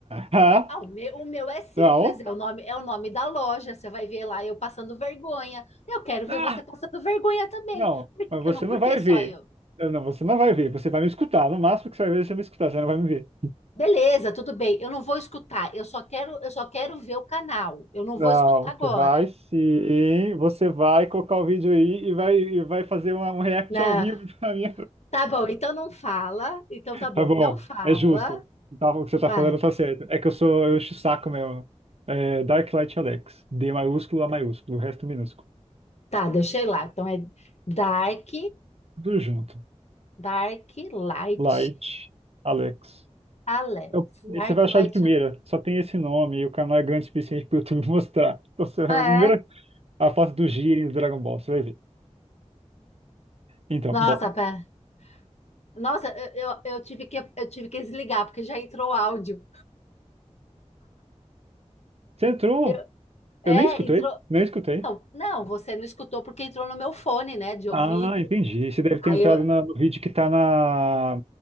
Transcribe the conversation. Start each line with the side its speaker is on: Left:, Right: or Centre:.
Right: Ah,
Left: ah, o meu, o meu é simples,
Right: não,
Left: é o nome, é o nome da loja. Você vai ver lá eu passando vergonha. Eu quero ver
Right: ah,
Left: você passando vergonha também.
Right: não,
Left: Por que
Right: mas
Left: que
Right: você
Left: eu não? Por
Right: não
Left: que
Right: vai
Left: só
Right: ver.
Left: eu?
Right: Eu, Não, você não vai ver, você vai me escutar. No máximo que você vai ver, você vai me escutar, você não vai me ver.
Left: Beleza, tudo bem. Eu não vou escutar. Eu só quero, eu só quero ver o canal. Eu não
Right: Não,
Left: vou escutar agora.
Right: você vai sim, você vai colocar o vídeo aí e vai, e vai fazer uma- um react
Left: Na,
Right: ao vivo <laughs> pra mim.
Left: tá bom, então não fala. Então tá bom,
Right: Tá bom,
Left: não fala.
Right: é justo. Tá, o que você tá
Left: Vai.
Right: falando tá certo. É que eu sou, eu encho o saco mesmo. É, Dark Light Alex. D maiúsculo, A maiúsculo, o resto minúsculo.
Left: Tá, deixei lá. Então é Dark,
Right: Tudo junto.
Left: Dark Light
Right: Light Alex.
Left: Alex.
Right: Eu- Você
Left: Dark
Right: vai achar
Left: Light.
Right: de primeira, só tem esse nome e o canal é grande o suficiente para o YouTube <laughs> mostrar. Então, você vai
Left: É.
Right: a primeira a foto do Jiren do Dragon Ball, você vai ver. Então,
Left: Nossa,
Right: bom,
Left: pera. Nossa, eu, eu, eu tive que, eu tive que desligar, porque já entrou o áudio.
Right: você entrou,
Left: Eu- é,
Right: eu nem escutei,
Left: entrou.
Right: nem escutei.
Left: Não, não, você não escutou porque entrou no meu fone, né, de ouvido.
Right: Ah, entendi. Você deve ter
Left: Aí
Right: entrado
Left: eu.
Right: na- no vídeo que tá na,